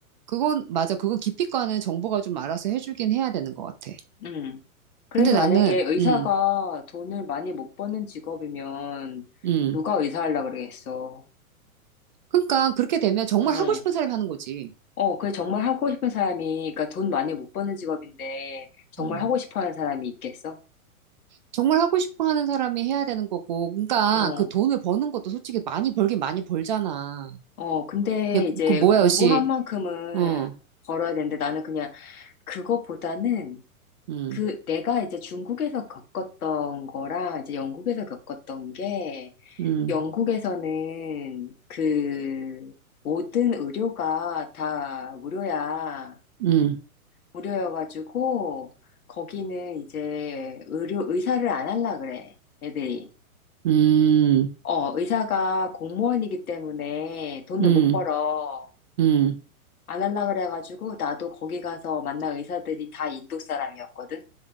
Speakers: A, on the right; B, on the left.
A: 그건, 맞아. 그건 기피과는 정보가 좀 알아서 해주긴 해야 되는 것 같아.
B: 음, 그래서
A: 근데 나는,
B: 만약에 의사가
A: 음,
B: 돈을 많이 못 버는 직업이면
A: 음.
B: 누가 의사 하려고 그러겠어.
A: 그러니까 그렇게 되면 정말
B: 어,
A: 하고 싶은 사람이 하는 거지.
B: 어, 그 정말 하고 싶은 사람이, 그러니까 돈 많이 못 버는 직업인데 정말
A: 음.
B: 하고 싶어 하는 사람이 있겠어?
A: 정말 하고 싶어 하는 사람이 해야 되는 거고. 그러니까
B: 어,
A: 그 돈을 버는 것도 솔직히 많이 벌긴 많이 벌잖아.
B: 어, 근데
A: 예,
B: 이제
A: 그 뭐야,
B: 공부한
A: 역시.
B: 만큼은
A: 어,
B: 벌어야 되는데 나는 그냥 그것보다는
A: 음,
B: 그 내가 이제 중국에서 겪었던 거랑 이제 영국에서 겪었던 게
A: 음,
B: 영국에서는 그 모든 의료가 다 무료야.
A: 음,
B: 무료여가지고 거기는 이제 의료 의사를 안 할라 그래. 애들이.
A: 음,
B: 어, 의사가 공무원이기 때문에 돈을
A: 음,
B: 못 벌어.
A: 음,
B: 안 할라 그래가지고 나도 거기 가서 만난 의사들이 다 인도 사람이었거든.